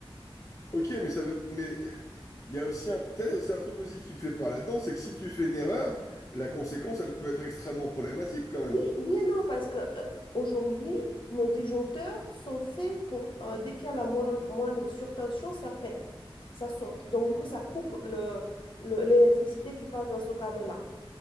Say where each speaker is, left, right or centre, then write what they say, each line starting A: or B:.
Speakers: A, on the left; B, on the left.
A: Ok, mais ça veut... Mais il y a aussi un... peut-être aussi un truc aussi qui me fait peur là-dedans, c'est que si tu fais une erreur, la conséquence, elle peut être extrêmement problématique quand
B: Oui,
A: même.
B: oui et non, parce que euh, aujourd'hui, nos disjoncteurs sont faits pour, euh, dès qu'il y a la moin- moindre surtension, ça pète, ça saute. Donc, du coup, ça coupe le, le- l'électricité qui passe dans ce câble-là.